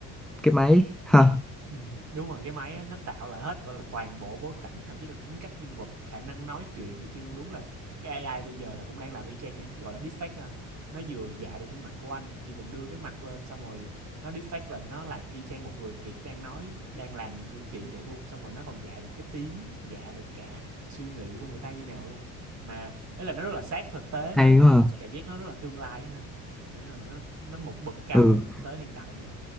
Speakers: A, in the centre; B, on the right (about 45°).
A: cái máy ha
B: Ừm, đúng rồi, cái máy á, nó tạo lại hết, gọi là, toàn bộ bối cảnh, thậm chí là tính cách nhân vật, khả năng nói chuyện này kia luôn. Đúng là cái AI bây giờ là cũng đang làm y chang vậy gọi là, deepfake á anh. Nó vừa dạ được gương mặt của anh, chỉ cần đưa cái mặt lên xong rồi nó deepfake là nó làm y chang một người thiệt đang nói, đang làm những cử chỉ như vậy luôn. Xong rồi nó còn dạ được cái tiếng, dạ được cả suy nghĩ của người ta như nào luôn. Mà ấy là nó rất là sát thực tế mà
A: hay
B: nó
A: quá ha.
B: cảm giác nó rất là tương lai á ha. Kiểu như là nó nó một bậc cao
A: ừ
B: hơn thực tế hiện tại nữa.